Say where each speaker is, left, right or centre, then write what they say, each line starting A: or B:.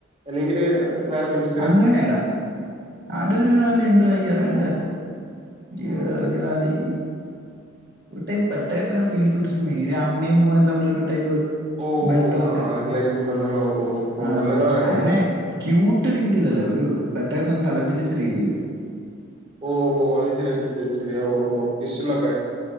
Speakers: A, on the right; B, on the right.
A: അല്ലെങ്കില് വേറെ ന്തെങ്കി
B: അങ്ങനെയല്ല അടു ലി എണ്ടോ അറിയണ്ടേ ഈ ജാലി ഒരു ടൈപ്പ് പട്ട എത്ര ഫീൽ ഗുഡ്ിന ഈ അമ്മയും മൂണും തമ്മിൽ ഒരു ടൈപ്പ്
A: ഓ
B: ബന്ധമൊക്കെ
A: ഓ ആ ആ അ ഒരു റിലേഷൻ ബന്ധങ്ങ ൾഓ ഓ ഓ
B: ആ
A: ബന്ധങ്ങളെ കാണിക്കണേ
B: അങ്ങനെ ക്യൂട്ട് രീഡീൽല്ലേ ഒരു പെട്ടെന്ന് തലത്തിളിച്ച രീഡീയില്
A: ഓ ഓ അത് ശരി അടി ശരി അ ശരി ഓ ഓ പിസ്ലൊക്കെ